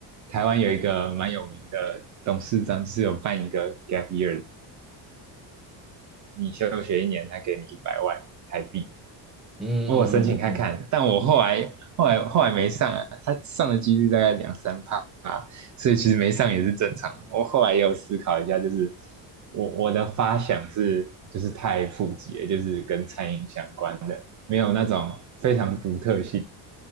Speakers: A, on the right (about 40°); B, in the centre.
A: 台湾有一个蛮有名的董事长，就是有办一个 gap year，你休学一年，他给你一百万台币，
B: 嗯嗯嗯嗯嗯。
A: 我申请看看，但我后来后来后来没上啊，他上的几率大概两三趴，所以其实没上也是正常我后来也有思考一下，就是我我的发想是就是太普及了，就是跟餐饮相关的，没有那种非常独特性。